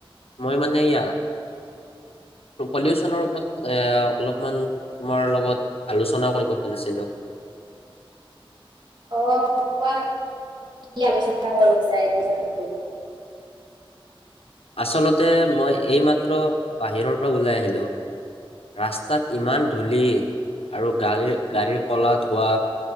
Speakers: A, on the left; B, on the right.
A: মই মানে এয়া পলিউচনৰ ওপৰত। ত' অলপমান তোমাৰ লগত আলোচনা কৰিব খুজিছিলো?
B: অ কোৱা কি আলোচনা কৰ বিচাৰিত তুমি।
A: আচলতে মই এইমাত্ৰ বাহিৰৰ পৰা ওলাই আহিলোঁ ৰাস্তাত ইমান ধূলি আৰু গাড়ীৰ গাড়ীৰ কলা ধোৱা